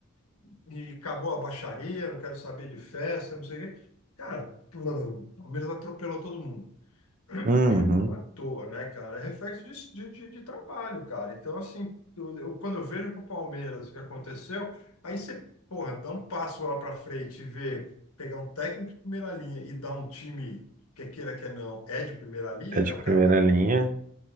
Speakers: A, on the left; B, on the right.
A: e acabou a baixaria, não quero saber de festa, não sei o quê. Cara, o Palmeiras atropelou todo mundo.
B: Uhum.
A: Não é à toa, né, cara? É reflexo de, de, de- de trabalho, cara. Então, assim, eu, eu- quando eu vejo pro Palmeiras o que aconteceu, aí você, porra, dá um passo lá para frente e vê, pegar um técnico de primeira linha e dar um time, que queira que não, é de primeira linha,
B: É de
A: né? O
B: primeira
A: cara vai convidar
B: linha.